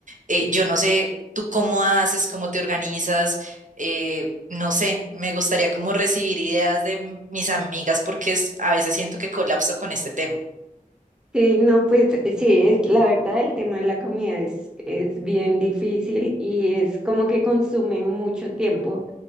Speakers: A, on the right; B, in the centre.
A: Eh, yo no sé tú cómo haces, cómo te organizas, eh, no sé, me gustaría como recibir ideas de m- mis amigas porque es- a veces siento que colapso con este tema.
B: Sí, no, pues sí, es la verdad, el tema de la comida es, es bien difícil y es como que consume mucho tiempo.